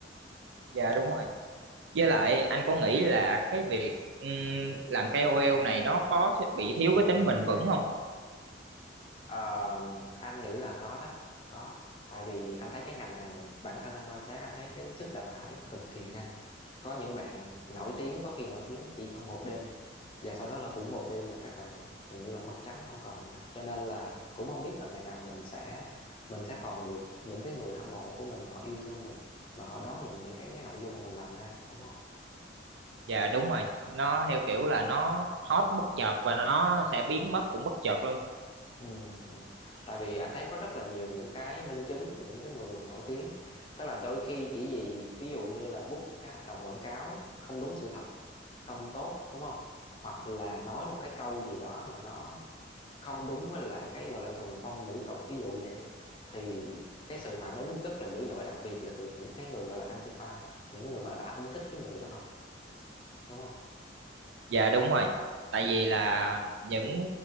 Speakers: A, on the right; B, on the left.
A: dạ đúng rồi Với lại anh có nghĩ là cái việc ừm, làm KOL này nó có thi- bị thiếu cái tính bền vững không?
B: Ờ, anh nghĩ là có đó có tại vì anh thấy cái ngành này bản thân anh quan sát anh thấy cái sức đào thải cực kỳ nhanh có những bạn nổi tiếng có khi nổi tiếng chỉ trong một đêm và sau đó là cũng một đêm là các bạn gần như là mất trắng không còn gì hết cho nên là cũng không biết là ngày nào mình sẽ mình sẽ còn được những cái người hâm mộ của mình họ yêu thương mình và họ đón nhận những cái nội dung mà mình làm ra đúng không
A: Dạ đúng rồi, nó theo kiểu là nó hot bất chợt và nó sẽ biến mất cũng bất chợt luôn.
B: Ừ, ừ. Tại vì anh thấy có rất là nhiều những cái minh chứng những cái người nổi tiếng tức là đôi khi chỉ vì ví dụ như là book một cái hợp đồng quảng cáo không đúng sự thật không tốt đúng không hoặc là nói một cái câu gì đó mà nó không đúng với lại cái gọi là thuần phong mỹ tục ví dụ vậy đi thì cái sự phản ứng rất là dữ dội đặc biệt là từ những cái người gọi là anti fan những cái người mà đã không thích cái người đó rồi đúng không
A: dạ đúng rồi tại
B: ừ,
A: vì là những